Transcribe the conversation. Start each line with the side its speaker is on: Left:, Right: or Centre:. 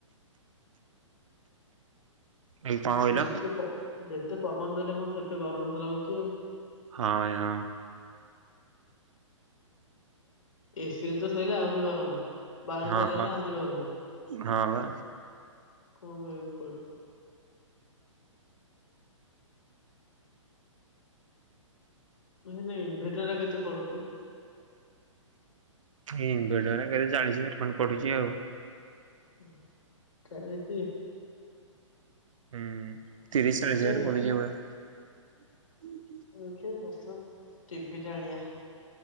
Right: ଏଇ କଣ କହିଲ
Left: ଯେତେ ଯେତେ ପବନ ଦେଲେ କଣ ସେତେ ଗରମ ତ ଲାଗୁଛି ଆଉ।
Right: ହଁ ଭାଇ ହଁ
Left: ଏସି ରେ ତ ଶୋଇଲେ ଆହୁରି ଗରମ ବାହାରକୁ
Right: ହଁ
Left: ଆଲା
Right: ହଁ
Left: ମାନ ଆହୁରି ଗରମ।
Right: ହଁ ବା
Left: କଣ କରିବା କୁଆଡୁ। ନଭେଟର କେତେ ପଡେ କି?
Right: ଇନଭେଟର ଆ କେତ ଚାଳିଶ ହଜାର ଖଣ୍ଡେ ପଡୁଛି ଆଉ।
Left: ଓ ଚାଲିଚି।
Right: ହୁଁ ତିରିଶ
Left: ଦେଖେ
Right: ଚାଳି ହଜାର ପ ଯେମ। ହ।
Left: ମୁଖ ବତ ଟିଭିି ଆଣିବା।